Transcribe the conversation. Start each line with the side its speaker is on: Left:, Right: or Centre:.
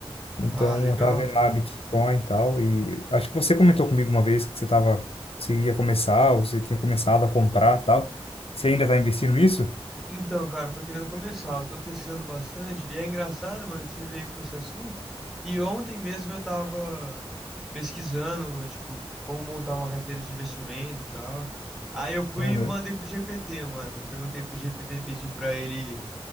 Left: Então,
Centre: Ah, legal.
Left: eu tava vendo lá Bitcoin e tal, e acho que você comentou comigo uma vez que você tava, se ia começar, ou você tinha começado a comprar e tal. Você ainda tá investindo nisso?
Centre: Então, cara, eu tô querendo começar, eu tô pesquisando bastante, e é engraçado, mano, que você veio com esse assunto, e ontem mesmo eu tava pesquisando, tipo, como montar uma carteira de investimento e tal. Aí eu fui
Left: Aham.
Centre: e mandei pro GPT, mano. Perguntei pro GPT, pedi pra ele